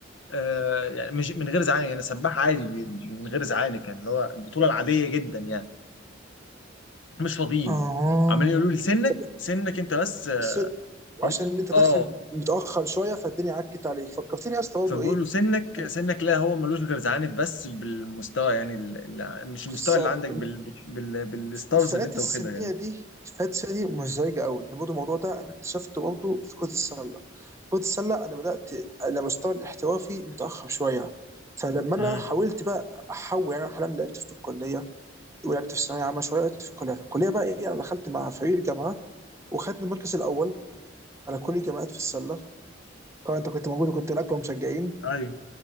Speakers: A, on the left (about 85°); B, on the right (about 15°).
A: آه يعني مش من غير زعانف يعني سباح عادي بي- من غير زعانف يعني اللي هو البطوله العاديه جدا يعني مش راضيين
B: اه
A: عمالين يقولوا لي سنك
B: طب
A: سنك انت بس آه،
B: الست وعشان
A: هم
B: ان انت داخل
A: اه
B: متاخر شويه فالدنيا عكت عليك فكرتني يا اسطى برضه
A: فبيقول
B: ايه
A: له سنك
B: انا
A: سنك لا هو ملوش غير زعانف بس بالمستوى يعني ال... ال- مش المستوى
B: بالظبط
A: اللي عندك بال... بال... بالستارز
B: الفئات
A: اللي انت
B: السنيه
A: واخدها يعني
B: دي الفئات السنيه دي مزعجه قوي ان برضه الموضوع ده انا اكتشفته برضه في كره السله كره السله انا بدات على مستوى الاحترافي متاخر شويه فلما انا
A: امم
B: حاولت بقى احول يعني انا حاليا لعبت في الكليه ولعبت في الثانويه عامه شويه لعبت في الكليه في الكليه بقى ايه انا دخلت مع فريق الجامعه وخدت المركز الاول على كل الجامعات في السله طبعا انت كنت موجود وكنت من اكبر المشجعين
A: ايوه